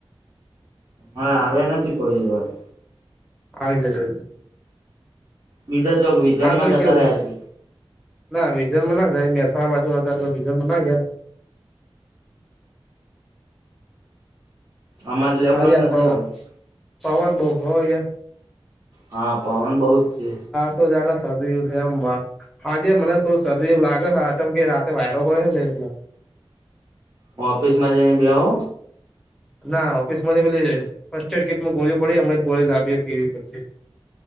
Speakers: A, on the right (about 40°); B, in the centre.
A: હા આવ્યા નથી કોઈવાય
B: આવી આવી જશે
A: બીજા ચોક વિઝનમાં
B: આ તો
A: જતા
B: કેવું
A: રહ્યા છે
B: ના વિઝનમાં ના જાય મહેસાણા બાજુ ન હતા એટલે વિઝનમાં ના ગાય
A: અમારી લેબમાં
B: હા યાર
A: નથી
B: પવન
A: આવ્યા
B: પવન બઉ હો યાર
A: હા પવન બહ જ છે
B: તો શરદીમ આજે મને શું શરદી એવું લાગે છેમ કે રા વાયરો હોય ને એટલે
A: વાપસમાં જ બ બે હો
B: ના ઓફિસમાં પેલી ફસ્ટ એડ કીટમાં ગોળ પડી હમ ગોળી લાવીએ પીવી પી